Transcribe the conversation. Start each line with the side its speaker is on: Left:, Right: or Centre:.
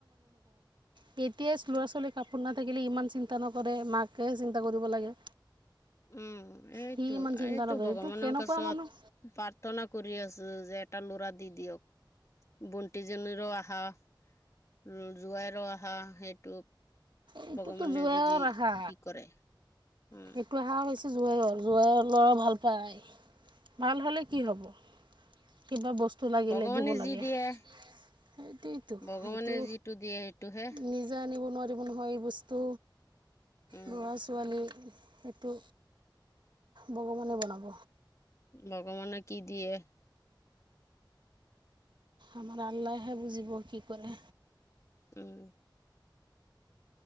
Right: তেতিয়াই ল'ৰা-ছোৱালীৰ কাপোৰ নাথাকিলে ইমান চিন্তা নকৰে, মাকেহে চিন্তা কৰিব লাগে।
Left: উম, এইটো,
Right: সি ইমান চিন্তা
Left: এইটো
Right: নকৰে
Left: ভগৱানৰ
Right: কেনেকুৱা
Left: কাছত
Right: মানুহ
Left: প্ৰাৰ্থনা কৰি আছোঁ যে, এটা ল'ৰা দি দিয়ক। বন্তিজনীৰো আশা। উম জোৱাইৰো আশা সেইটো।
Right: এইটোতো
Left: ভগৱানে
Right: জোৱাইৰ
Left: যদি
Right: আশা।
Left: কি কৰে উম,
Right: সেইটো আশা হৈছে
Left: <inaudible>
Right: জোৱাইৰ জোৱাইৰ ল'ৰা ভাল পায়। ভাল হ'লে কি হ'ব? কিবা বস্ তু লাগিলে
Left: ভগৱানে
Right: দিব লাগে।
Left: যি দিয়ে
Right: সেইটোৱে তো,
Left: ভগৱানে
Right: এইটো
Left: যিটো দিয়ে সেইটোহে
Right: নিজে আনিব দিব নহয় এই বস্তু,
Left: উম,
Right: ল'ৰা-ছোৱালী সেইটো ভগৱানে বনাব।
Left: ভগৱানে কি দিয়ে?
Right: আমাৰ আল্লাহ হে বুজিব কি কৰে।
Left: উম।